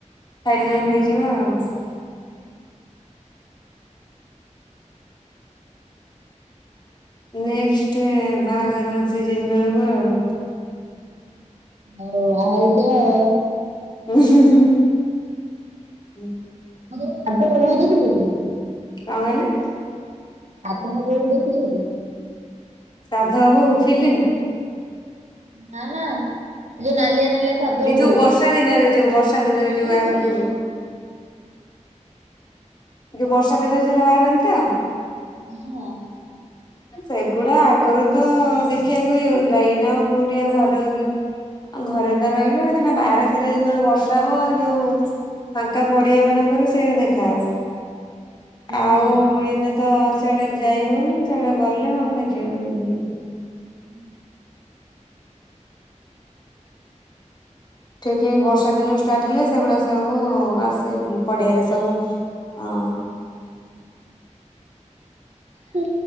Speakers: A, on the left (about 35°); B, on the right (about 65°).
A: ଫାଇନାଲ ହେଇଯିବ ଆଉ। ନେକ୍ସଟ ବାହାଘର ସିଜିନି ବେଳକୁ ଆଉ।
B: ଆ ଆ ହେଉଛ <unintelligible>
A: ଉଁ ହୁଁ ହୁଁ ହୁଁ।
B: ହଁ ତ ଖା୍ୟ ହଉ ଦେଖିଛ <unintelligible>
A: କ କହିଲେ?
B: ସାଧବ ବୋହୁ ଦେଖିଛ ଟି?
A: ସାଧବବୋହୂ ଫିଲ୍ମି?
B: ନା ନା ଏ ଯୋଉ ନାଲିଆ ନାଲିଆ ସାଧବ
A: ଏଇ ଯୋଉ
B: ବୋହୂ।
A: ବର୍ଷା ଦିନରେ ଯୋଉ ବର୍ଷା ଦିନରେ
B: ହୁଁ
A: ଯୋଉ ବାହାରନ୍ତି
B: ହୁଁ ହୁଁ।
A: ଯୋଉ ଏଇ ଯଉ ବର୍ଷା ଦିନରେ ଜୋରୋ ବାହାରନ୍ତି ତ?
B: ହଁ ହଁ।
A: ସେଗୁଡା ଆଗରୁ ତ ଦେ ଦେଖିବାକୁ ଇଏ ହଉଥିଲା ଏଇନା ଆଉ କୋଉଠି ଆଉ ଘରେ ଆ ଘରେ ତ ରହିଲୁ ସେନା ବାହାରେ ସେରା ଯେତେବେଳେ ବର୍ଷା ହବ ଯୋଉ ଫାଙ୍କା ପଡିଆ ମାନଙ୍କର ସେରେ ଦେଖାହବ। ଆଉ
B: ହୁଁ।
A: ଏଇନେ ତ ସିଆଡେ ଯାଇ ହଉନି ସେଆଡେ ଗଲେ ହ ଦେଖିବାକୁ
B: ହୁଁ।
A: ଠିକ ବର୍ଷା ଦିନ ଷ୍ଟାର୍ଟ ହେଲେ ସେଗୁଡା ସବୁ ଆସିବେ ପଡିଆରେ ସବୁ ହ
B: ହଁ